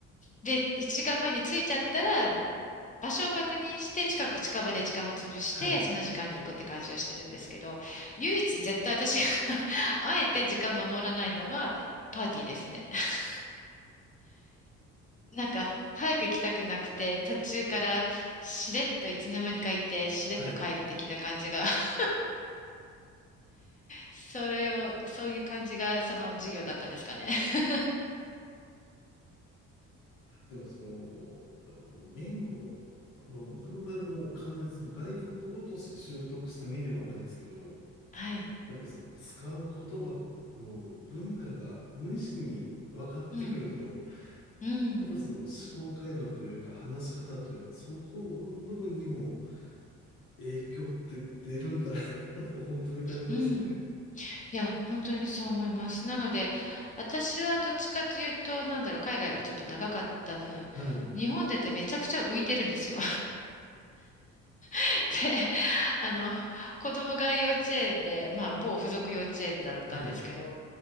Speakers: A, on the left (about 25°); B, on the left (about 80°).
A: で、1時間前に着いちゃったら、場所を確認して近く、近場で時間を潰して、
B: はい。
A: その時間に行くって感じをしてるんですけど、唯一絶対私が <laughs> あえて時間守らないのはパーティーですね。<laughs> なんか、早く行きたくなくて、途中からしれっといつの間にかいて、しれっと帰る的な感じが
B: はい。
A: <laughs> それを、そういう感じがその授業だったんですかね。<laughs>
B: でも、その、やっぱこう、言語、まあ僕の場合はもう完全にその外国語として習得した身ではあるんですけど、
A: はい。
B: やっぱその使う言葉の文化が無意識に分かってくると、
A: うん。うん。
B: やっぱその思考回路というか話し方というか、そこの部分にも影響って出るんだなと本当に感じましたね。
A: うん。いや、本当にそう思います。なので、私はどっちかというと、なんだろう、海外がちょっと長かった分、
B: はい。
A: 日本でってめちゃくちゃ浮いてるんですよ。<laughs> で、あの、子供が幼稚園で、まあ、某付属幼稚園だったんですけど、
B: はい。